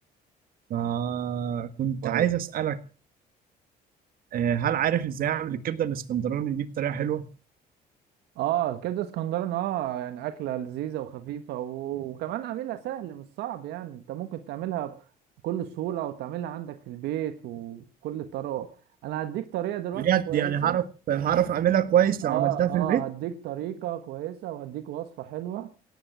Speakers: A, on the right (about 60°); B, on the right (about 80°).
A: فكنت
B: كويس
A: عايز اسالك آه، هل عارف ازاي اعمل الكبده الاسكندراني دي بطريقه حلوه
B: اه الكبده اسكندراني اه يعني اكله لذيذه وخفيفه و... وكمان عاملها سهل مش صعب يعني انت ممكن تعملها بكل سهوله وتعملها عندك في البيت وكل طرق انا هديك طريقه دلوقتي
A: بجد
B: كويسه
A: يعني هعرف هعرف اعملها كويس
B: اه
A: لو عملتها
B: اه
A: في البيت
B: هديك طريقه كويسه وهديك وصفه حلوه